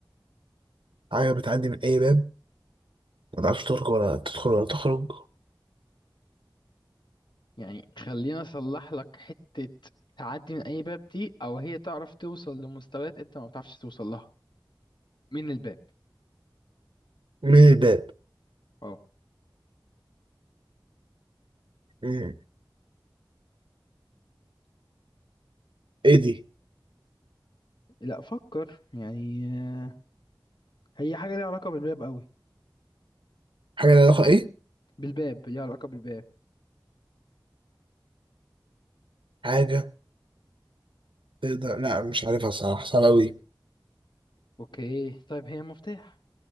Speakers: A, on the right (about 80°); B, on the left (about 65°).
A: حاجه بتعدي من اي باب ما تعرفش تخرج ولا تدخل ولا تخرج
B: يعني خلينا اصلح لك حتة تعدي من اي باب دي او هي تعرف توصل لمستويات انت ما بتعرفش توصل لها من الباب
A: من الباب
B: اه
A: مم. ايه دي
B: لا فكر يعني آه، هي حاجة ليها علاقة بالباب قوي
A: حاجه لها علاقه ايه
B: بالباب ليها علاقة بالباب
A: حاجه تقدر لا مش عارفها الصراحه صعبه قوي
B: اوكي طيب هي مفتاح